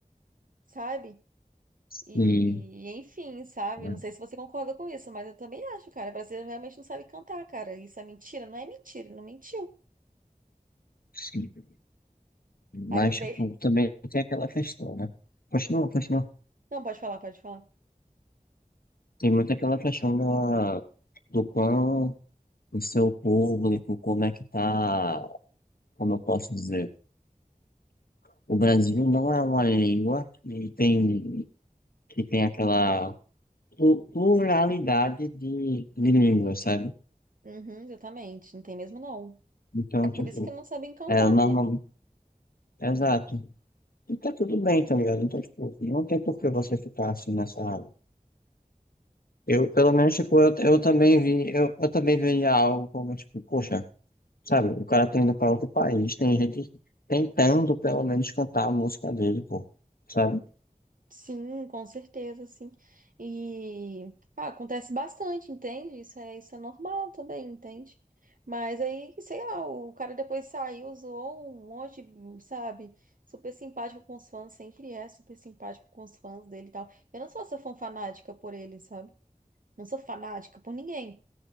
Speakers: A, on the right; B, on the left.
A: sabe?
B: Sim,
A: E, enfim, sabe?
B: né?
A: Não sei se você concorda com isso, mas eu também acho, cara. Brasileiro realmente não sabe cantar, cara. Isso é mentira? Não é mentira, ele não mentiu.
B: sim.
A: Aí
B: Mas,
A: veio.
B: tipo, também tem aquela questão, né? Continua, continua.
A: Não, pode falar, pode falar.
B: Tem muito aquela questão da, do quão o seu público, como é que tá, como eu posso dizer. O Brasil não é uma língua que tem, que tem aquela plu- pluralidade de, de línguas, sabe?
A: Uhum, exatamente. Não tem mesmo, não.
B: Então, tipo,
A: Por isso que não sabem cantar
B: é normal.
A: mesmo.
B: Exato. E tá tudo bem, tá ligado? Então, tipo, não tem por que você ficar assim nessa água. Eu, pelo menos, tipo, eu, eu também vi, eu, eu também veria algo como, tipo, poxa, sabe, o cara tá indo pra outro país, tem gente tentando, pelo menos, cantar a música dele, pô, sabe?
A: Sim, com certeza, sim. E ah, acontece bastante, entende? Isso é, isso é normal também, entende? Mas aí, sei lá, o cara depois saiu, zoou um monte, sabe? Super simpático com os fãs, sempre é super simpático com os fãs dele e tal. Eu não sou essa fã fanática por ele, sabe? Não sou fanática por ninguém,